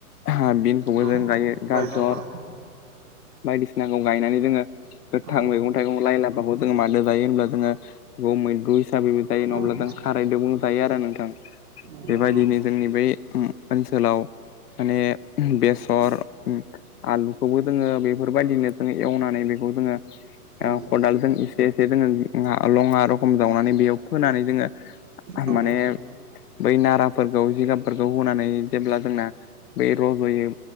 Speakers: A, on the left (about 80°); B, on the right (about 70°).
A: हा बिनखौबो
B: औ
A: जों गायो
B: लाइ
A: गाजर
B: लाफा
A: बायदिसिनाखौ गायनानै जोङो गोथां
B: औ
A: मैगं थाइगं लाइ लाफाखौ जोङो मादो जायो होनब्ला जोङो गु मैद्रु हिसाबैबो जायो नङाब्ला
B: औ
A: जों खारैदो‌बो जायो आरो नोंथां।
B: नंगौ
A: बेबायदिनो जोंनि बै ओनसोलाव माने बेसर आलुखौबो जोङो बे बेफोरबायदिनो जोङो एवनानै बेखौ जोङो
B: औ
A: खदालजों एसे एसे जोङो लङा रखम जावनानै बेयाव फोनानै जोङो
B: औ
A: माने बै नाराफोरखौ जिगाबफोरखौ होनानै जेब्ला जोंना बै रज'यो